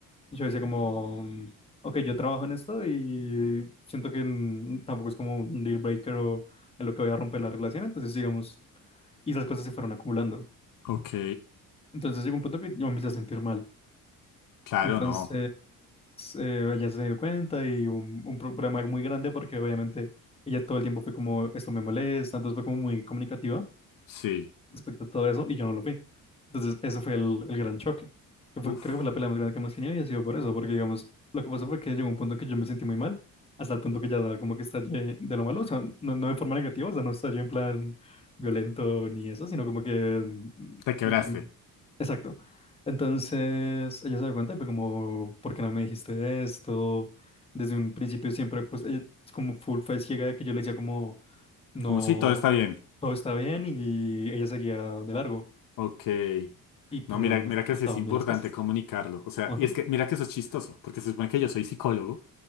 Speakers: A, on the left; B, on the left.
A: Yo decía como, mm, ok, yo trabajo en esto y siento que mm, tampoco es como un deal breaker o en lo que voy a romper la relación, entonces digamos, y esas cosas se fueron acumulando.
B: Ok.
A: Entonces llegó un punto que yo me empecé a sentir mal.
B: Claro,
A: Entonces
B: no.
A: eh, ella se dio cuenta y un, un pro- problema muy grande porque obviamente ella todo el tiempo fue como, esto me molesta, entonces fue como muy comunicativa.
B: Sí.
A: respecto a todo eso y yo no lo vi. Entonces, eso fue el, el gran choque. Que fue-
B: Uf.
A: creo que fue la pelea más grande que hemos tenido y ha sido por eso, porque digamos, lo que pasó fue que llegó un punto en que yo me sentí muy mal, hasta el punto que ya como que estallé de lo malo, o sea, no, no de forma negativa, o sea, no estallé en plan violento ni eso, sino como que,
B: Te
A: como
B: quebraste.
A: que, exacto. Entonces, ella se dio cuenta y fue como, ¿por qué no me dijiste esto? Desde un principio siempre, pues, ella es como full fue ciega de que yo le decía como no,
B: Como si todo está bien.
A: todo estaba bien y ella seguía de largo
B: Ok.
A: y pues
B: No,
A: no,
B: mira,
A: no-
B: mira que
A: no
B: sí
A: estaban
B: es importante
A: bien las cosas.
B: comunicarlo. O sea,
A: Ajá.
B: y es que mira que eso es chistoso, porque se supone que yo soy psicólogo.